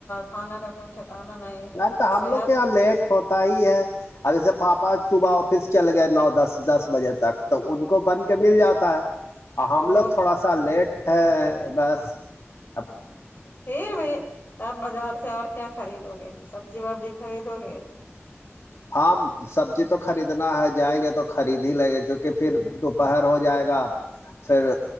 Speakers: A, on the left; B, on the left.
A: کھانا کا کوئی ٹھکانا نہیں
B: یار تو ہم
A: صحت
B: لوگ کے یہاں لیٹ ہوتا ہی ہے ا جیسے پاپا صبح آفس چل گئے نو دس دس بجے تک تو ان کو بن کے مل جاتا ہے اور ہم
A: او
B: لوگ تھوڑا سا لیٹ ہے بس اب
A: پھر بھی تب بازار سے اور کیا خریدو گے سبزی وبزی خریدو گے
B: ہاں <unintelligible> سبزی تو خریدنا ہے جائیں گے تو خرید ہی لگے کیونکہ پھر دوپہر ہو جائے گا پھر